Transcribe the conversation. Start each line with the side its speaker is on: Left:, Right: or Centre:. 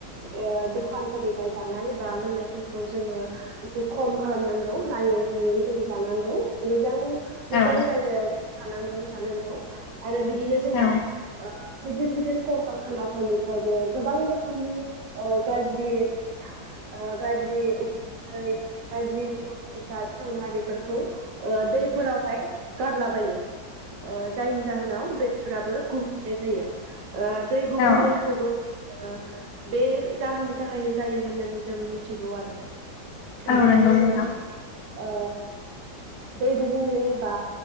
Right: ओ दखानफोरनिफाय जानाय बा लोंनायफोरखौ जोङो एसे खम खालामनांगौ। हयै जों जानांगौ मोजां
Left: औ
Right: मोजां
Left: औ
Right: जायगायाव थानांगौ जानांगौ। आरो बिदिनो जोंहा
Left: औ
Right: ओ गिदिर गिदिर कलकखानाफोरनिफ्रायबो गोबां रोखोमनि गाज्रि ओ गाज्रि उ खुन्दै ओ गाज्रि मुवा फसा सेवना बेफोरखौ ओ दै फोरावहाय गारलाबायो ओ जायनि जाहोनाव दै। फोराबो गुबुंले जायो ओ दै गुबुंलेखौबो
Left: औ
Right: ओ। बे जाहोननि थाखायनो जायो होननानै जों मिथिगौ आरो।
Left: औ
Right: बिदिनो
Left: नंगौ नोंथां।
Right: जों ओ दै गुबुंले बा